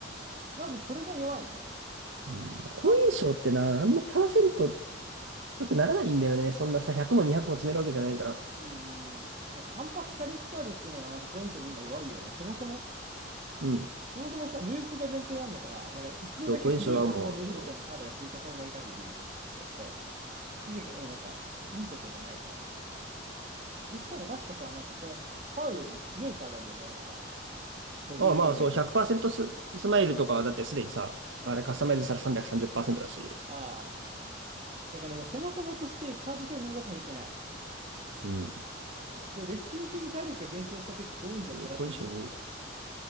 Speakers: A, on the right; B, on the right.
A: まずこれが弱いね。
B: うん。好印象ってな、
A: 単、
B: あんまパーセント高くならないんだよね。そんなさ、100も200も詰めるわけじゃないから。
A: うーん、なんか単発火力カードっていうのはまず好印象で今弱いよね。そもそも
B: うん。
A: そもそもさ、ループが前提なんだから、だから一度だけすごいバフが乗るみたいなカードが追加されない限り、
B: どこにそれはも
A: えっと、勝ち目が、え、なんか、いいとこがない、これ。で、しかも確かさ、なんかこれ、パウよりも強いカードあるよね、なんか、50レベルぐらい加味される。
B: う、ああまあそう、100%ス、スマイルとかはだってすでにさ、
A: うん。
B: あれカスタマイズしたら330%だし、
A: ああ、そう。だからもうそもそもとしてカード性能が足りてない。
B: うん。
A: で、レッスン中に体力が減少したとき、5印象プラスに
B: コ印象に。